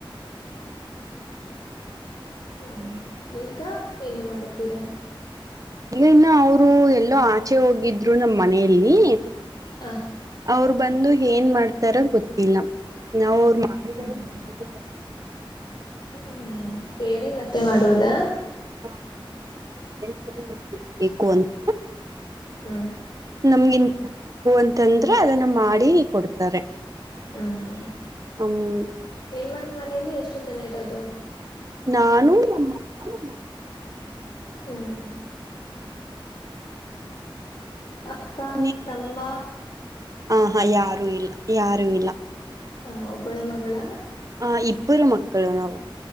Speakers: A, on the left; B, on the right.
A: ಹ್ಮ ಈಗ ಏನು ಮಾಡುತೀರ.
B: ಈಗ <unintelligible> ಅವರು ಎಲ್ಲೋ ಆಚೆ ಹೋಗಿದ್ರು ನಮ್ಮ್ ಮನೆಯಲ್ಲಿ
A: ಹ.
B: ಅವರು ಬಂದು ಏನ್ ಮಾಡ್ತಾರ ಗೊತ್ತಿಲ್ಲ ನಾವ್ ಅವ್ರು <unintelligible>
A: ಹ್ಮ್ ಹ್ಮ್ ಕೇಳಿ ಮತ್ತೆ ಮಾಡುವದಾ.
B: <unintelligible>
A: ಹ್ಮ್
B: ನಮ್ಗಿಂತು ಬೇಕು ಅಂತಂದ್ರೆ ಅದನ್ನ ಮಾಡಿ ಕೊಡ್ತಾರೆ.
A: ಹ್ಮ್
B: ಹ್ಮ
A: ನಿಮ್ಮನ್ ಮನೇಲಿ ಎಷ್ಟು ಜನ ಇರೋದು.
B: ನಾನು ನಮ್ಮಪ್ಪ ನಮ್ಮಮ್ಮ.
A: ಹ್ಮ್ ಅಕ್ಕ
B: ನೀ
A: ತಮ್ಮ
B: ಆ ಹಾ ಯಾರು ಇಲ್ಲ ಯಾರು ಇಲ್ಲ.
A: ಹ ಒಬ್ಬಳೆ ಮಗಳ.
B: ಆ ಇಬ್ಬರು ಮಕ್ಕಳು ನಾವು